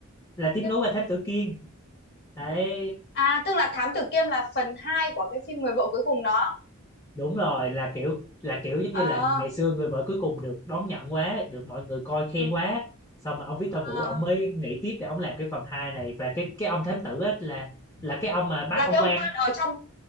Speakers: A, on the left; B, on the left.
A: là tiếp
B: tiếp
A: nối qua Thám Tử Kiên đấy
B: À, tức là Thám Tử Kiêm là phần 2 của cái phim Người vợ cuối cùng đó.
A: đúng rồi là kiểu là kiểu giống
B: Ờ,
A: như là ngày xưa người vợ cuối cùng được đón nhận quá được mọi người coi khen
B: Ừ.
A: quá xong mà ông Victor Vũ
B: ờ.
A: ông mới nghĩ tiếp để ông làm cái phần hai này và cái cái ông thám tử á là là cái ông mà bắt
B: là
A: ông
B: cái ông
A: quan
B: quan ở trong